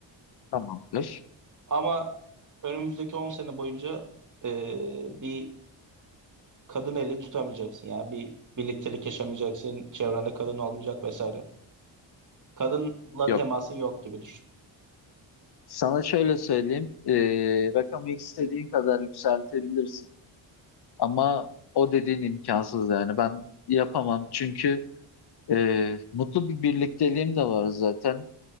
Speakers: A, on the left; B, on the right.
A: Tamamdır.
B: Ama önümüzdeki 10 sene boyunca ee, bir kadın eli tutamayacaksın ya. Bir birliktelik yaşamayacaksın. Çevrende kadın olmayacak vesaire. Kadınla
A: Yok.
B: temasın yok gibi düşün.
A: Sana şöyle söyleyeyim. E, rakamı istediğin kadar yükseltebilirsin. Ama o dediğin imkansız yani. Ben yapamam çünkü Ee, mutlu bir birlikteliğim de var zaten